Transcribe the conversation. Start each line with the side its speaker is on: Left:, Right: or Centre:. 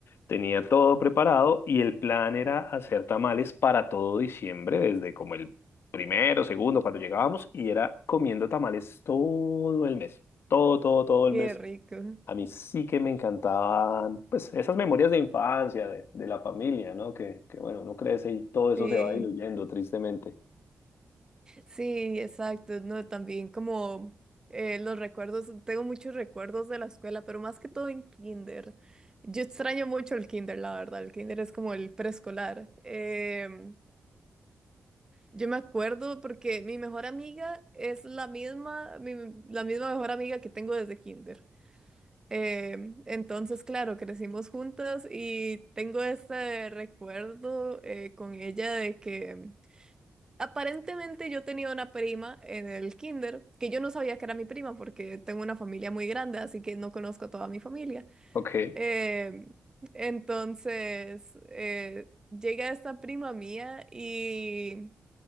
Left: tenía todo preparado y el plan era hacer tamales para todo diciembre, desde como el primero, segundo, cuando llegábamos y era comiendo tamales todo el mes, todo, todo, todo el
Right: qué
Left: mes
Right: rico.
Left: a mí sí que me encantaban, pues, esas memorias de infancia, de, de la familia, ¿no? Que, que, bueno, uno crece y todo eso
Right: Sí,
Left: se va diluyendo, tristemente.
Right: sí, exacto. No, también como eh, los recuerdos, tengo muchos recuerdos de la escuela, pero más que todo en kinder. Yo extraño mucho el kinder, la verdad. El kinder es como el preescolar. Em, yo me acuerdo porque mi mejor amiga es la misma, mi- la misma mejor amiga que tengo desde kinder. Eh, entonces, claro, crecimos juntas y tengo este recuerdo eh, con ella de que aparentemente yo tenía una prima en el kinder, que yo no sabía que era mi prima porque tengo una familia muy grande, así que no conozco a toda mi familia.
Left: Ok.
Right: Eh, entonces, eh, llega esta prima mía y